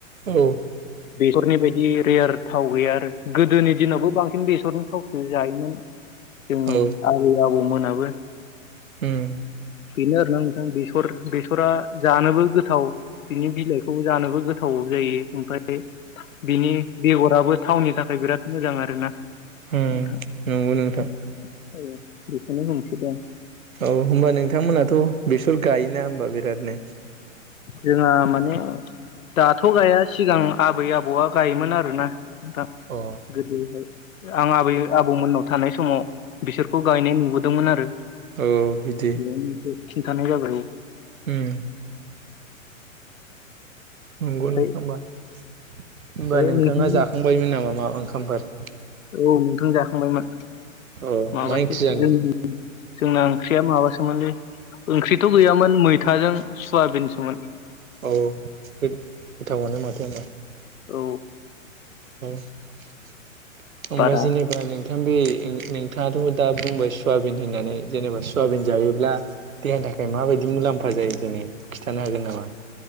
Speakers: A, on the right; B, on the left.
A: औ
B: फोरनि बायदि रेयार थाव गैया आरो गोदोनि दिनावबो बांसिन बेसरनि थावसो जायोमोन जोंनि
A: औ
B: आबै आबौमोनाबो
A: उम
B: बेनो आरो ना नोंथां बे स फोर बेसरा जानोबो गोथाव बिनि बिलाइखौ जानोबो गोथाव जायो ओमफाय बिनि बेगराबो थावननि थाखाय बिराद मोजां आरोना
A: उम
B: नोंथां
A: नंगौ
B: <unintelligible>
A: नोंथां
B: खोनो होननोसै दां
A: औ होमबा नोंथांमोनाथ बेसर गायोना होमबा बिरादनो
B: जोंहा माने दाथ' गाया सिगां आबै आबौआ गायोमोन आरोना नोंथां
A: अ
B: गोदोहाय। आं आबै आबौमोननाव थानाय समाव बिसोरखौ गायनाय नुबोदोंमोन आरो।
A: ओ बिदि
B: बेयावनो एसे खिन्थानाय जाबाय
A: उम नोंगौ
B: ओमफ्राय
A: नोंथांबा होमबा
B: बे
A: नोंथाङा
B: नोंथां
A: जाखांबायमोन नामा माबा ओंखामफोर
B: औ नोंथां जाखांबायमोन
A: अ
B: माबासो
A: मा ओंख्रि जानायमोन
B: जोंनि जोंना ओंख्रिया माबासो <unintelligible> ओंख्रिथ गैयामोन मैथाजों सयाबिनसोमोन
A: औ बे गोथावानो माथो होनबा
B: औ
A: <unintelligible> ओमफाय
B: बारा
A: जेनेबा नोंथां बे <unintelligible> नोंथाङाथ दा बुंबाय सयाबिन होननानै जेनेबा सयाबिन जायोब्ला देहानि थाखाय माबायदि मुलाम्फा जायो जेने खिथानो हागोन नामा?